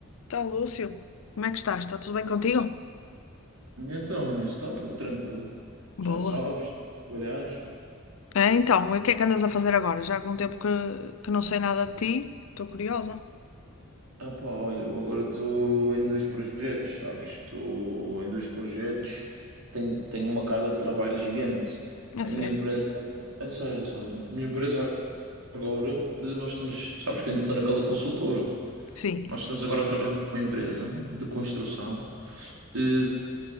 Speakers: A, on the left; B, on the right.
A: Então, Lúcio, como é que estás? Está tudo bem contigo?
B: E Então, nisso está tudo tranquilo.
A: Boa.
B: Já sabes, trabalhar.
A: É, então, e o que é que andas a fazer agora? Já há algum tempo que, que não sei nada de ti, estou curiosa.
B: Ah pá, olha, eu agora estou em dois projetos, sabes? Estou em dois projetos, tenho, tenho uma carga de trabalho gigante.
A: É
B: A
A: sério.
B: minha empresa, é sério, é sério. A minha empresa agora, eh, nós estamos, sabes que ainda estou naquela consultora.
A: Sim.
B: Nós estamos agora a trabalhar com uma empresa de construção. E,